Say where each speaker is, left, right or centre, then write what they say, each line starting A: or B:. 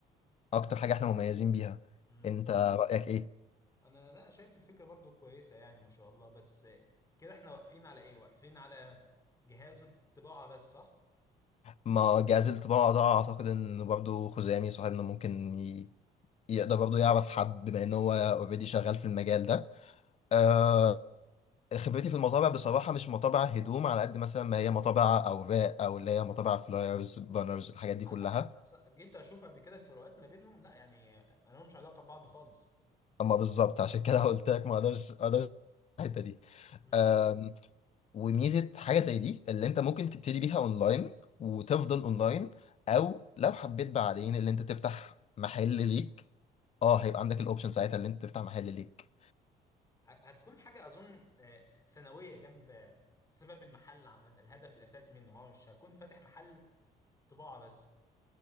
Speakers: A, on the left; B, on the left.
A: اكتر حاجة احنا مميزين بيها
B: مم.
A: انت رأيك ايه؟
B: انا لا شايف الفكره برضو كويسه يعني ما شاء الله بس كده احنا واقفين على ايه واقفين على جهاز الطباعه بس صح
A: ما جهاز الطباعة ده اعتقد ان برضه خزامي صاحبنا ممكن يقدر برضه يعرف حد بما ان هو اوريدي شغال في المجال ده آه خبرتي في المطابع بصراحة مش مطابع هدوم على قد مثلا ما هي مطابع اوراق او اللي هي مطابع فلايرز بانرز الحاجات دي
B: لا
A: كلها
B: لا أص- جيت اشوف قبل كده الفروقات ما بينهم لا يعني ما لهمش علاقه ببعض خالص
A: اما بالظبط عشان كده قلت لك ما اقدرش ما اقدرش الحتة دي
B: امم
A: آم، وميزة حاجة زي دي اللي انت ممكن تبتدي بيها اونلاين وتفضل اونلاين او لو حبيت بعدين اللي انت تفتح محل ليك اه هيبقى عندك الاوبشن ساعتها اللي انت تفتح محل ليك
B: ه- هتكون حاجه اظن آه، ثانويه جنب سبب المحل عامه الهدف الاساسي منه ما هو مش هكون فاتح محل طباعه بس